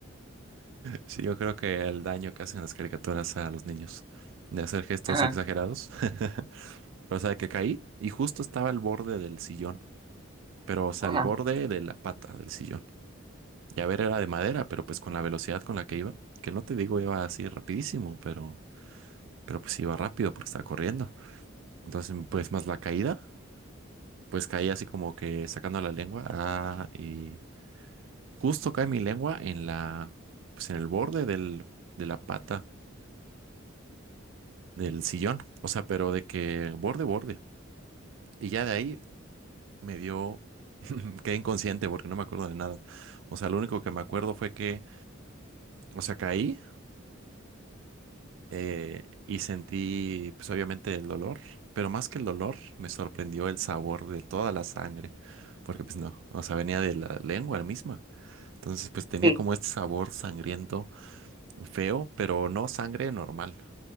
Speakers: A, on the right; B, on the right.
A: Sí, yo creo que el daño que hacen las caricaturas a los niños de hacer gestos
B: Ajá,
A: exagerados. <laughs> Pero, o sea, que caí y justo estaba al borde del sillón, pero, o sea,
B: ajá,
A: al borde de la pata del sillón. Y a ver, era de madera, pero pues con la velocidad con la que iba, que no te digo iba así rapidísimo, pero, pero pues iba rápido porque estaba corriendo. Entonces, pues más la caída, pues caí así como que sacando la lengua. Ah, y justo cae mi lengua en la, pues en el borde del, de la pata del sillón, o sea, pero de que borde, borde. Y ya de ahí me dio, <laughs> quedé inconsciente porque no me acuerdo de nada. O sea, lo único que me acuerdo fue que, o sea, caí eh, y sentí, pues obviamente el dolor, pero más que el dolor, me sorprendió el sabor de toda la sangre, porque pues no, o sea, venía de la lengua misma. Entonces, pues tenía
B: sí.
A: como este sabor sangriento, feo, pero no sangre normal,